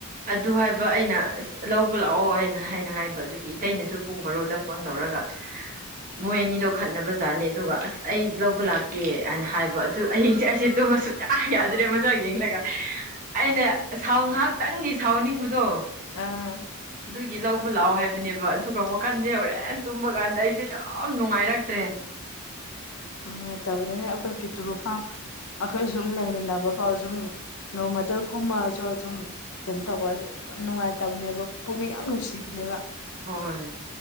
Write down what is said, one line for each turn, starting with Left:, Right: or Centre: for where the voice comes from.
Right: ꯑꯗꯨ ꯍꯥꯏꯕ ꯑꯩꯅ ꯑꯁ ꯂꯧꯕ ꯂꯥꯛꯑꯣ ꯍꯥꯏꯅ ꯍꯥꯏꯅ ꯍꯥꯏꯕ ꯑꯗꯨꯒꯤ ꯏꯇꯩꯩꯅꯁꯨ ꯄꯨꯡ ꯔꯣꯗ ꯐꯣꯟ ꯇꯧꯔꯛꯑꯣ ꯇꯔꯒ ꯃꯣꯏ ꯑꯅꯤꯗꯣ ꯈꯠꯅꯕ ꯖꯥꯠꯅꯤ ꯑꯗꯨꯒ ꯑꯁ ꯑꯩ ꯂꯧꯕ ꯂꯥꯛꯀꯦ ꯍꯥꯏꯅ ꯍꯥꯏꯕ ꯑꯗꯨ ꯑꯍꯤꯡꯁꯦ ꯑꯩꯁꯦ ꯀꯁꯨ ꯌꯥꯝ ꯌꯥꯗ꯭ꯔꯦ ꯃꯆꯥ ꯌꯦꯡꯂꯒ ꯑꯩꯅ ꯁꯥꯎ ꯉꯥꯏꯍꯥꯛꯇꯪꯒꯤ ꯁꯥꯎꯅꯤꯡꯕꯗꯣ
Left: ꯑꯥ
Right: ꯑꯗꯨꯒꯤ ꯂꯧꯕ ꯂꯥꯛꯑꯣ ꯍꯥꯏꯕꯅꯦꯕ ꯑꯗꯨꯒꯛ ꯋꯥꯈꯟꯁꯦ ꯍꯣꯔꯦꯟ ꯇꯨꯝꯕ ꯀꯥꯟꯗ ꯑꯩꯁꯦ ꯑꯗꯨ ꯅꯨꯡꯉꯥꯏꯔꯛꯇ꯭ꯔꯦ
Left: ꯑ ꯇꯥꯃ ꯑꯩꯈꯣꯏ ꯇꯔ ꯐꯥꯎ ꯑꯩꯈꯣꯏ ꯁꯨꯝ ꯂꯩꯃꯤꯟꯅꯕ ꯐꯥꯎ ꯁꯨꯝ ꯅꯣꯡꯃꯇꯜ ꯀꯨꯝꯃꯔꯁꯨ ꯑꯗꯨꯨꯝ ꯀꯩꯅꯣ ꯇꯧꯕꯁꯦ ꯌꯥꯝ ꯅꯨꯡꯉꯥꯏꯇꯕꯅꯦꯕ ꯄꯨꯛꯅꯤꯡ ꯌꯥꯝ ꯅꯨꯡꯁꯤꯕꯅꯦꯕ
Right: ꯍꯣꯏ